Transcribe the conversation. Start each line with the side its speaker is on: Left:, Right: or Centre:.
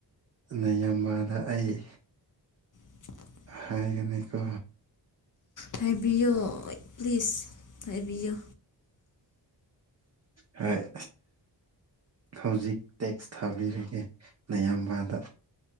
Right: ꯅꯌꯥꯝꯕꯗ ꯑꯩ
Left: <inaudible>
Right: ꯍꯥꯏꯒꯅꯤꯀꯣ
Left: ꯍꯥꯏꯕꯤꯌꯣ ꯄ꯭ꯂꯤꯖ ꯍꯥꯏꯕꯤꯌꯨ
Right: ꯍꯣꯏ ꯍꯧꯖꯤꯛ ꯇꯦꯛꯁ ꯊꯥꯕꯤꯔꯒꯦ ꯅꯌꯥꯝꯕꯥꯗ